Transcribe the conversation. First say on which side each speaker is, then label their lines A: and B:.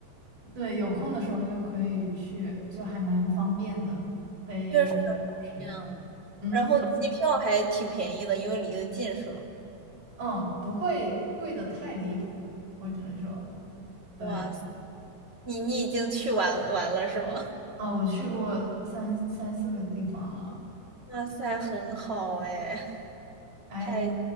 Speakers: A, on the right; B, on the right.
A: 对，有空的时候就可以去，就还蛮方便的，飞
B: 确实很方便啊，
A: 是，嗯
B: 然后机票还挺便宜的，因为离得近是吗？
A: 嗯，不会贵的太离谱，我只能说，对。
B: 哇塞，你你已经去玩玩了是吗？
A: 啊，我去过三三四个地方了，
B: 哇塞，很好哎，
A: 哎，
B: 太
A: 有